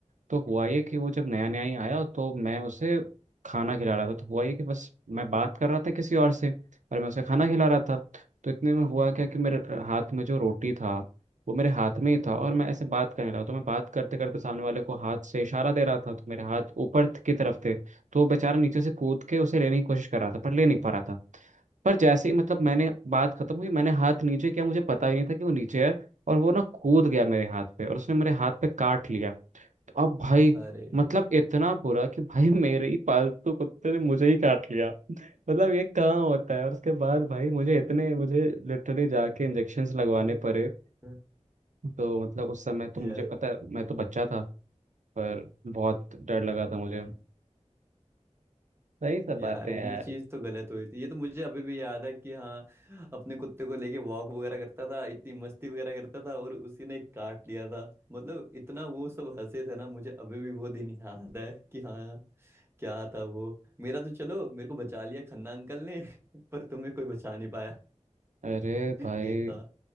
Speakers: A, on the right; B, on the right.
A: तो हुआ ये कि वो जब नया नया ही आया तो मैं उसे खाना खिला रहा था तो हुआ ये कि बस मैं बात कर रहा था किसी और से और मैं उसे खाना खिला रहा था तो इतने में हुआ क्या कि मेरे हाथ में जो रोटी था वो मेरे हाथ में ही था और मैं ऐसे बात करने लगा तो मैं बात करते करते सामने वाले को हाथ से इशारा दे रहा था तो मेरे हाथ ऊपर की तरफ थे तो वो बेचारा नीचे से कूद के उसे लेने की कोशिश कर रहा था पर ले नहीं पा रहा था पर जैसे ही मतलब मैंने बात खत्म हुई मैंने हाथ नीचे किया मुझे पता ही नहीं था कि वो नीचे है और वो ना कूद गया मेरे हाथ पे और उसने मेरे हाथ पे काट लिया अब भाई
B: अरे
A: मतलब इतना बुरा कि भाई मेरे ही पालतू कुत्ते ने मुझे ही काट लिया मतलब ये कहाँ होता है और उसके बाद भाई मुझे इतने मुझे लिटरली जाके इंजेक्शन्स लगवाने पड़े
B: <laughs>
A: तो मतलब उस समय तो
B: या
A: मुझे पता मैं तो बच्चा था पर बहुत डर लगा
B: हम्म
A: था मुझे सही सब
B: यार
A: बातें
B: ये
A: हैं यार
B: चीज तो गलत हुई थी ये तो मुझे अभी भी याद है कि हाँ अपने कुत्ते को लेके वॉक वगैरह करता था इतनी मस्ती वगैरह करता था और उसी ने काट लिया था मतलब इतना वो सब हंसे थे ना मुझे अभी भी वो दिन याद है कि हाँ क्या था वो मेरा तो चलो मेरे को बचा लिया खन्ना अंकल ने <laughs> पर तुम्हें कोई बचा नहीं पाया
A: अरे
B: <laughs>
A: भाई
B: ये था